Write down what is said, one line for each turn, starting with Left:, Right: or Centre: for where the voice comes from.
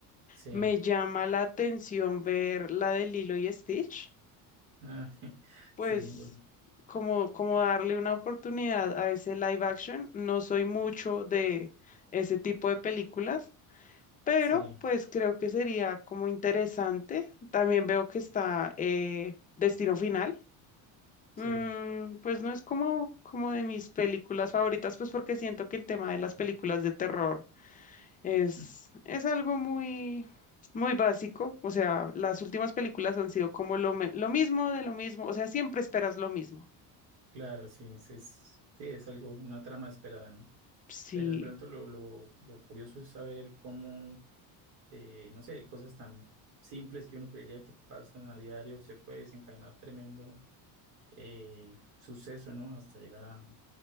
Right: Sí,
Left: Me llama la atención ver la de Lilo y Stitch,
Right: ah, <laughs>
Left: pues
Right: sí, bueno,
Left: como, como darle una oportunidad a ese live action. No soy mucho de ese tipo de películas, pero
Right: sí,
Left: pues creo que sería como interesante. También veo que está eh, Destino Final.
Right: sí,
Left: Mm, pues no es como, como de mis películas favoritas, pues porque siento que el tema de las películas de terror Es,
Right: <laughs>
Left: es algo muy, muy básico. O sea, las últimas películas han sido como lo, me- lo mismo de lo mismo. O sea, siempre esperas lo mismo.
Right: claro, sí, es, es- sí, es algo, una trama esperada, ¿no?
Left: Sí,
Right: Pero de pronto lo, lo, lo curioso es saber cómo, eh, no sé, cosas tan simples que uno creería que pasan a diario, se puede desencadenar tremendo eh, suceso, ¿no? Hasta llegar a